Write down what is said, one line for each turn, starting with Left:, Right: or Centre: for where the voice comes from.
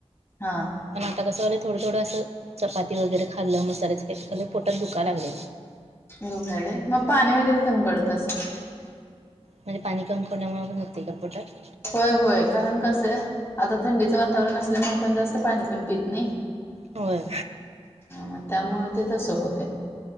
Left: हा.
Right: पण आता कसं व्हालय, थोडं थोडं असं चपाती वगैरे खाल्लं, मसाल्याच खा पोटत दुखायला लागलय.
Left: दुखायलय, मग पाणी वगैरे कमी पडत असल.
Right: म्हणजे पाणी कमीपडल्यामुळे पण दुखतंय का पोटात?
Left: होय होय, कारण कसं आहे, आता थंडीचं वातावरण असल्यामुळे पण जास्त पाणी पण पत नाही.
Right: होय.
Left: मग त्यामुळे ते तसं होतय.